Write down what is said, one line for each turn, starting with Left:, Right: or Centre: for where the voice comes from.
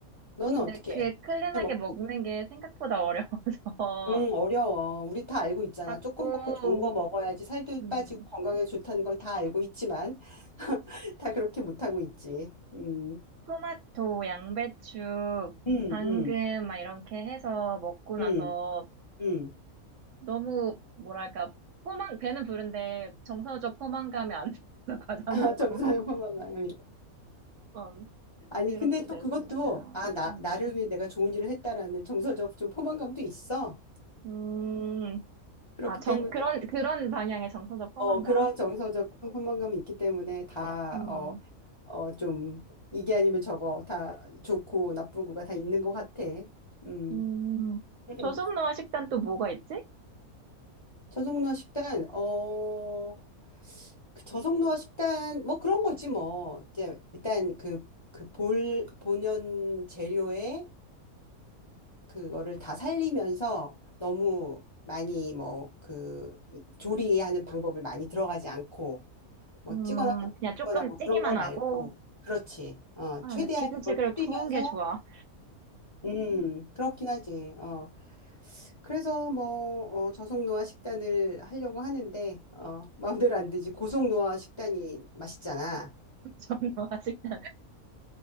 Left: 너는
Right: 근데
Left: 어떻게
Right: 그게
Left: 해?
Right: 클린하게
Left: 어떻게 먹고?
Right: 먹는 게 생각보다 어려워서
Left: 응, 어려워.
Right: <laughs>
Left: 우리 다 알고 있잖아.
Right: 자꾸
Left: 조금 먹고 좋은 거 먹어야지 살도
Right: 음,
Left: 빠지고 건강에 좋다는 걸 다 알고 있지만, <laughs> 다 그렇게 못하고 있지. 음,
Right: 토마토, 양배추,
Left: 음,
Right: 당근
Left: 음,
Right: 막 이렇게 해서 먹고 나서
Left: 음, 음.
Right: 너무 뭐랄까 포만 배는 부른데 정서적 포만감이 안 돼서 <laughs> 과자
Left: <laughs>
Right: 먹고
Left: 점수하는
Right: <laughs>
Left: 만
Right: 음,
Left: 아니,
Right: 이렇게
Left: 근데 또
Right: 되었으니까
Left: 그것도, 아, 나,
Right: 음,
Left: 나를 위해 내가 좋은 일을 했다라는 정서적 좀 포만감도 있어.
Right: 음,
Left: 그렇기
Right: 아, 정,
Left: 때문에,
Right: 그런 그런 방향의 정서적 포만감
Left: 어, 그런 정서적 포만감이 있기 때문에 다,
Right: 음,
Left: 어, 어, 좀, 이게 아니면 저거 다 좋고 나쁘고가 다 있는 것 같아. 음.
Right: 음,
Left: <laughs>
Right: 조선노아 식단 또 뭐가 있지?
Left: 저속노화 식단, 어, 그 저속노화 식단, 뭐 그런 거지 뭐. 이제 일단 그, 그 볼, 본연 재료에 그거를 다 살리면서 너무 많이 뭐 그 조리하는 방법을 많이 들어가지 않고 뭐
Right: 음,
Left: 찌거나 굽거나
Right: 그냥 조금
Left: 뭐
Right: 찌기만
Left: 그런 거 말고
Right: 하고.
Left: 그렇지. 어,
Right: 아,
Left: 최대한
Right: 근데 지글지글
Left: 그걸
Right: 구운
Left: 줄이면서
Right: 게 좋아.
Left: 음, 그렇긴 하지. 어. 그래서 뭐 어, 저속노화 식단을 하려고 하는데 어, 마음대로 안 되지. 고속노화 식단이 맛있잖아.
Right: <laughs> 저는 아직 도